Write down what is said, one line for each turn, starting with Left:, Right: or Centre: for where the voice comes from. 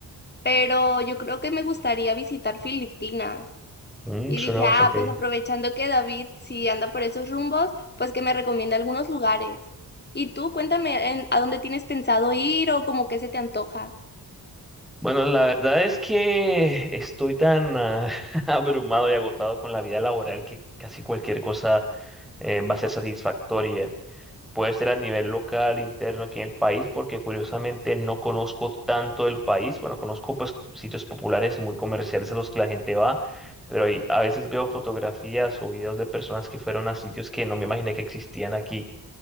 Left: pero yo creo que me gustaría visitar Filipinas.
Centre: Mm,
Left: Y
Centre: suena
Left: dije,
Centre: bastante
Left: ah, pues
Centre: bien.
Left: aprovechando que David si anda por esos rumbos, pues que me recomienda algunos lugares. Y tú, cuéntame en- a dónde tienes pensado ir o como que se te antoja.
Centre: Bueno, la verdad es que estoy tan ah, <laughs> abrumado y agotado con la vida laboral que casi cualquier cosa eh, va a ser satisfactoria. Puede ser a nivel local, interno, aquí en el país, porque curiosamente no conozco tanto del país. Bueno, conozco pues sitios populares y muy comerciales a los que la gente va, pero ahí a veces veo fotografías o videos de personas que fueron a sitios que no me imaginé que existían aquí.